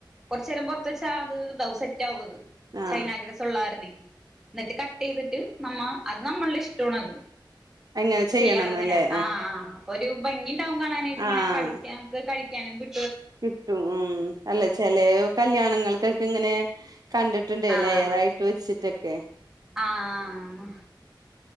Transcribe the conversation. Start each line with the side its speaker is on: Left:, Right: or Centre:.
Centre: കുറച്ചേരം പുറത്ത വെച്ചാ അത് തൗ സെറ്റ് ആവും ത്
Right: ആഹ്
Centre: ചൈനഗ്രസ്സ് ഉള്ള കാരണെ ന്നട്ട് ക്കട്ടെയ്തിട്ട് നമ്മ അത് നമ്മള്ടെ ഇഷ്ട്ടോണത്
Right: അങ്ങനെ ചെയ്യണംന്നല്ലേ
Centre: ചെയ്യാങ്ങനെ ആഹ് ഒരു ഭംഗി ഇണ്ടാവും. കാണാനായിട്ട്ങ്ങനെ
Right: ആഹ്
Centre: കടിക്ക്യ മ്മക്ക് കഴി കെനെങ്കു
Right: കിട്ടും ഉം അല്ല ചെലേ കല്യാണങ്ങൾക്ക് ക്ക് ഇങ്ങനെ കണ്ടിട്ടുണ്ട് എ
Centre: ആഹ്
Right: ലയറായിട്ട് വെച്ചിക്കെ ക്കെ
Centre: ആഹ്